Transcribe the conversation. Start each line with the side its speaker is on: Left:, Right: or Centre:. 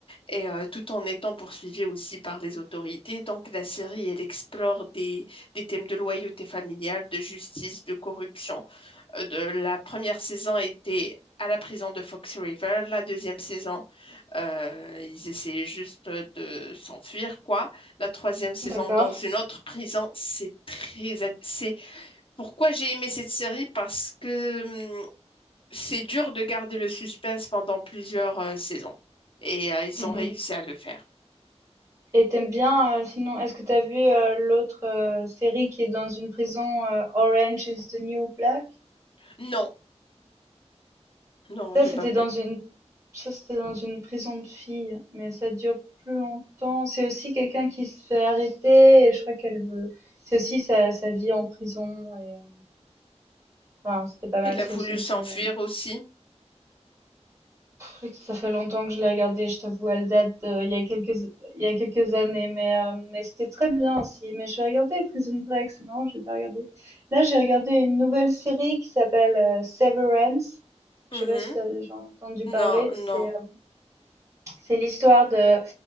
Left: et euh, tout en étant poursuivis aussi par les autorités. Donc la série, elle explore des, des thèmes de loyauté familiale, de justice, de corruption, euh, de- la première saison était à la prison de Fox River. La deuxième saison, euh, ils essayaient juste de s'enfuir, quoi. La troisième saison,
Right: d'accord.
Left: dans une autre prison, c'est très... in- C'est pourquoi j'ai aimé cette série, parce que hum, c'est dur de garder le suspense pendant plusieurs euh, saisons. Et euh, ils
Right: Mhm.
Left: ont réussi à le faire.
Right: Et t'aimes bien, euh, sinon, est-ce que t'as vu euh, l'autre euh, série qui est dans une prison, euh, Orange is the New Black?
Left: Non, non,
Right: Ça,
Left: j'ai
Right: c'était
Left: pas vu.
Right: dans une, ça, c'était dans une prison de filles, mais ça dure plus longtemps. C'est aussi quelqu'un qui se fait arrêter et je crois qu'elle veut. C'est aussi sa, sa vie en prison et euh, enfin, c'était pas mal.
Left: Elle a
Right: C'est
Left: voulu
Right: aussi une
Left: s'enfuir
Right: série. Anna.
Left: aussi.
Right: Pff, Ça fait longtemps que je l'ai regardée. Je t'avoue, elle date de- il y a quelques, il y a quelques années, mais euh, mais c'était très bien aussi. Mais je vais regarder Prison Break. C'est marrant, j'ai pas regardé. Là, j'ai regardé une nouvelle série qui s'appelle euh, Severance.
Left: Mhm.
Right: Je sais pas si t'as déjà entendu parler.
Left: Non,
Right: C'est
Left: non.
Right: euh, c'est l'histoire de